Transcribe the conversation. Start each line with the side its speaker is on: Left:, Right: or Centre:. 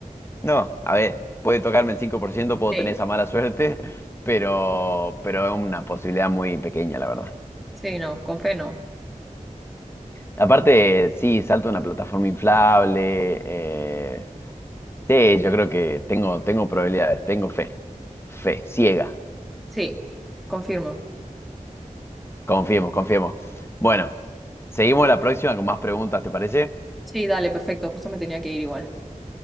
Left: No, a ver, puede tocarme el 5%, puedo
Centre: Sí,
Left: tener esa mala suerte, <laughs> pero, pero es una posibilidad muy pequeña, la verdad.
Centre: sí, no, con fe no.
Left: Aparte, sí, salto a una plataforma inflable. eh, sí, yo creo que tengo, tengo probabilidades, tengo fe. Fe, ciega.
Centre: Sí, confirmo.
Left: Confiemos, confiemos. Bueno, seguimos la próxima con más preguntas, ¿te parece?
Centre: Sí, dale, perfecto, justo me tenía que ir igual.